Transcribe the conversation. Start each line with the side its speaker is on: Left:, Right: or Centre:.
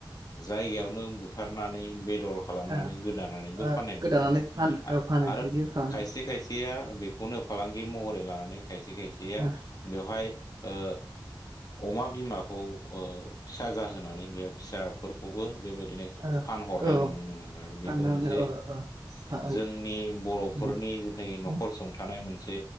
Left: जायगायावनो बुथारनानै बे दर खालामनानै
Right: ओ
Left: गोदानानैबो
Right: ओ
Left: फाननाय नुनो
Right: गोदानानै फान औ फानो
Left: आरो
Right: बिदि खालामो
Left: खायसे खायसेया बे बेखौनो फालांगि महरै लानानै खायसे खायसेया
Right: ओ
Left: बेवहाय ओ अमा बिमाखौ ओ फिसा जाहोनानै बेयो फिसाफोरखौबो बेबायदि बिदिनो
Right: ओ
Left: फानहरनाय
Right: औ
Left: नुनो मोनो आरो
Right: फाननो
Left: बेबो मोनसे
Right: मोनो औ औ फा औ
Left: जोंनि बर'फोरनि
Right: उम
Left: जेनाखि न'खर
Right: औ
Left: सुंथानाय मोनसे